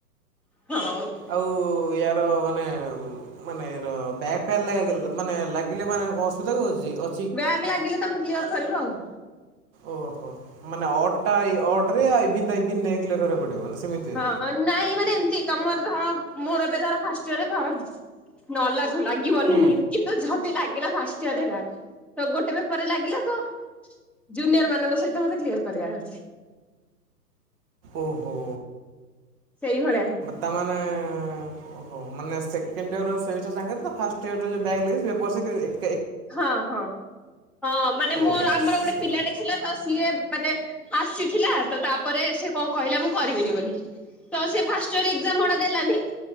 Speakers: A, in the centre; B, on the right.
A: <unintelligible>
B: ଆଉ ଇଆର ମାନେ ଉଁ ମାନେ ର ବ୍ୟାକ୍ ଫ୍ୟାକ୍ ଲାଗିଲେ ମାନେ ଲାଗିଲେ ମାନେ କଣ ଅସୁବିଧା ହଉଚି ଅ
A: ବ୍ୟାକ୍ ଲାଗିଲେ ତମେ କ୍ଲିୟର୍ କରିବ ଆଉ।
B: ଓହୋ ମାନେ ଅଡ ଟା ଇ ଅଡ ରେ ଇଭିନ ଟା ଇଭିନ ରେ କ୍ଲିୟର କରିବାକୁ ପଡ଼ିବ ନା ସେମିତି?
A: ହଁ ନାଇଁ ମାନେ ଏମତି ତମର ଧର ମୋର ଏବେ ଧର ଫାଷ୍ଟିଇଅର୍ ଧର ନ ଲାଗୁ ଲାଗିବନି
B: ହୁଁ।
A: ହିଁ କିନ୍ତୁ ଜଦି ଲାଗିଲା ଫାଷ୍ଟିଅରରେ ବ୍ୟାକ୍ ତ ଗୋଟେ ପେପରରେ ଲାଗିଲା ତ ଜୁନିୟର ମାନଙ୍କ ସହିତ ମତେ କ୍ଲିୟର କରିବାର ଅଛି।
B: ଓହୋ।
A: ସେଇଭଳିଆ ହିଁ।
B: ତାମାନେ ଓହୋ ମାନେ ସେକେଣ୍ଡିଅର ର ସେମିଷ୍ଟାର ସାଙ୍ଗରେ ତ ଫାଷ୍ଟ ୟଅର ର ଯୋଉ ବ୍ୟାକ ଲାଗିଛି ବସେକେ
A: ହଁ ହଁ ହଁ ମାନେ ମୋର
B: ଓହୋ
A: ଆମର
B: ସେ
A: ଗୋଟେ ପିଲାଟେ ଥିଲା ତ ସିଏ ମାନେ ଆସିଥିଲା ତ ତାପରେ ସେ କଣ କହିଲା ମୁଁ କରିବିନି ବୋଲି। ତ ସେ ଫାଷ୍ଟିଅର ଏକ୍ଜାମ ଗୁଡା ଦେଲାନି।